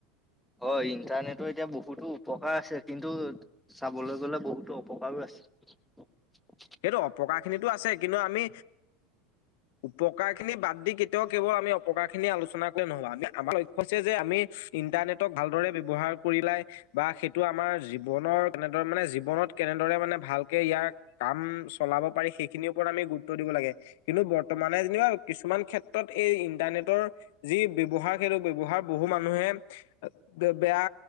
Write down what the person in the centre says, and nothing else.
হয় ইন্টাৰনেটৰ এতিয়া বহুতো উপকাৰ আছে, কিন্তু চাবলৈ গ'লে বহুতো অপকাৰো আছে।